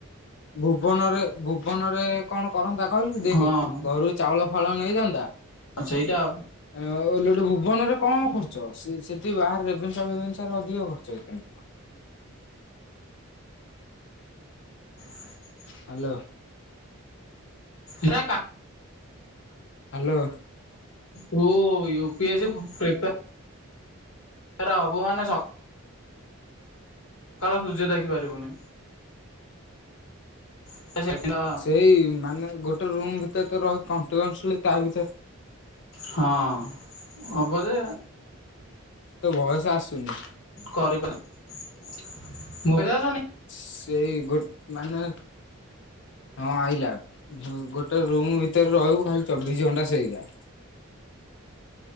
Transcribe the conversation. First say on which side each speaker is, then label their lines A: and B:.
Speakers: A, on the left; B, on the left.
A: ଭୁବନରେ ଭୁବନରେ କଣ କରନ୍ତା କହିଲୁ ଦେଖ
B: ହଁ
A: ଘରୁ ଚାଉଳ ଫାଉଳ ନେଇଯାଆନ୍ତା।
B: ସେଇଟା
A: ଓଲଟି ଭୁବନରେ କମ ଖର୍ଚ୍ଚ ସେଠି ବାହାରେ ରେଭେନ୍ସା ଫେବେଂସା ରେ ଅଧିକ ଖର୍ଚ୍ଚ ହେଇପାରେ।
B: <inaudible>
A: ହ୍ୟାଲୋ।
B: ନା
A: ହ୍ୟାଲୋ।
B: ତୁ U P S C prepare ତାର ଭୁବନେଶ୍ ସକାଳ ସୂର୍ଯ୍ୟ ଦେଖି ପାରିବୁନି। ସେ ସେଇଦିନ
A: ସେଇ ମାନେ ଗୋଟେ ରୁମ୍ ଭିତରେ ତ ରହ କୋଣ୍ଟୀନୁ୍ଅସଲି ତା ଭିତରେ
B: ହଁ ହବ ଯେ
A: ତ ବୟସ ଆସୁନି।
B: କରିବା <unintelligible>
A: ସେଇ ଗୋଟ ମାନେ ହଁ ଆଇଲା ଗୋଟେ ରୁମ୍ ଭିତରେ ରହିବୁ ଖାଲି ଚବିଶ ଘଣ୍ଟା ସେଇ ଗା